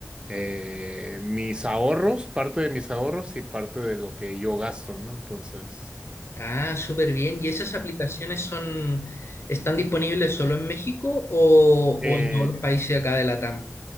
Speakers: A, on the right; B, on the left.
A: eh, mis ahorros, parte de mis ahorros y parte de lo que yo gasto, ¿no? Entonces,
B: Ah, súper bien. ¿Y esas aplicaciones son, están disponibles solo en México o,
A: eh,
B: o en todos los países acá de Latam?